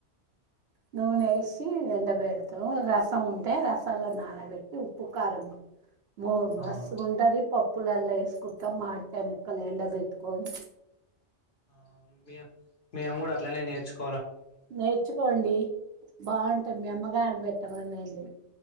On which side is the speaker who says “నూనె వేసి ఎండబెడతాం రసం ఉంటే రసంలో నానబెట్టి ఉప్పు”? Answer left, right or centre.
Right